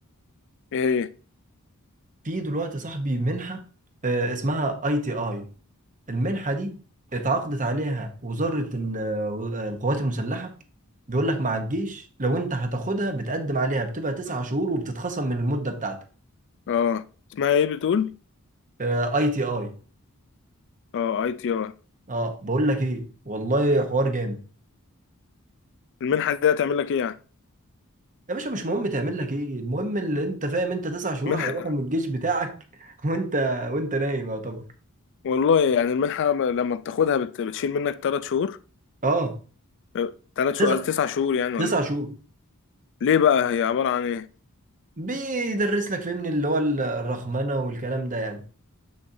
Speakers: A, on the left (about 55°); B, on the right (about 35°).
A: إيه هي؟
B: في دلوقتي صاحبي منحة آه، اسمها اي تي اي المنحة دي اتعاقدت عليها وزارة ال- آه، القوات المسلحة بيقول لك مع الجيش لو انت هتاخدها بتقدم عليها بتبقى تسع شهور وبتتخصم من المدة بتاعتك
A: أه اسمها إيه بتقول؟
B: آه، اي تي اي
A: أه أي تي آر
B: اه بقول لك ايه والله حوار جامد
A: المنحة دي هتعمل لك إيه يعني؟
B: يا باشا مش مهم تعمل لك ايه المهم اللي انت فاهم انت تسع شهور
A: منحة
B: هيروحوا من الجيش بتاعك <laughs> وانت وانت نايم يعتبر
A: والله يعني المنحة لما بتاخدها بت- بتشيل منك تلات شهور
B: اه
A: أه، تلات شهور
B: تسع
A: قصدي تسع شهور يعني ولا
B: تسع شهور
A: ليه بقى هي عبارة عن إيه؟
B: بيدرس لك فهمني اللي هو الرخمنة والكلام ده يعني